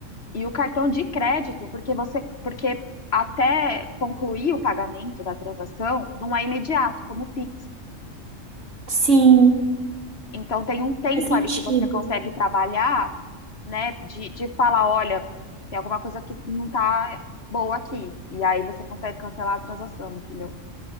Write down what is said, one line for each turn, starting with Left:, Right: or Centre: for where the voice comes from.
Left: E o cartão de crédito, porque você, porque até concluir o pagamento da transação, não é imediato, como o Pix.
Right: Sim.
Left: Então tem um tempo
Right: Faz sentido.
Left: ali que você consegue trabalhar, né, de, de falar, olha, tem alguma coisa que não tá boa aqui. E aí você consegue cancelar a transação, entendeu?